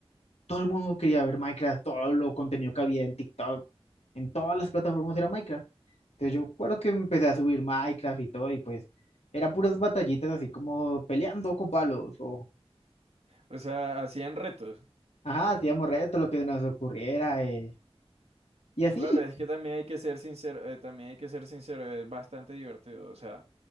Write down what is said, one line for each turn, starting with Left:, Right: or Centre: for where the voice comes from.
Left: todo el mundo quería ver Minecraft, todo lo contenido que había en TikTok, en todas las plataformas era Minecraft. Entonces yo recuerdo que empecé a subir Minecraft y todo y pues era puras batallitas así como peleando con palos o,
Right: O sea, hacían retos.
Left: ajá, hacíamos retos, lo que nos ocurriera eh, y así.
Right: Claro, es que también hay que ser sincero, eh, también hay que ser sincero, es bastante divertido, o sea,